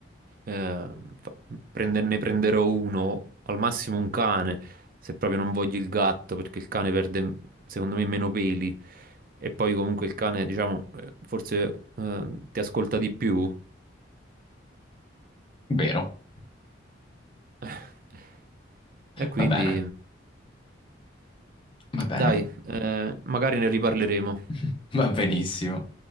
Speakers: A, on the right (about 45°); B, on the left (about 25°).
A: fa- prende- ne prenderò uno, al massimo un cane se proprio non voglio il gatto, perché il cane perde, secondo me, meno peli. E poi comunque il cane, diciamo, eh, forse eh, ti ascolta di più.
B: Vero.
A: <laughs> E quindi,
B: Va bene, va bene,
A: dai,
B: va
A: eh, magari ne riparleremo.
B: <laughs> va benissimo.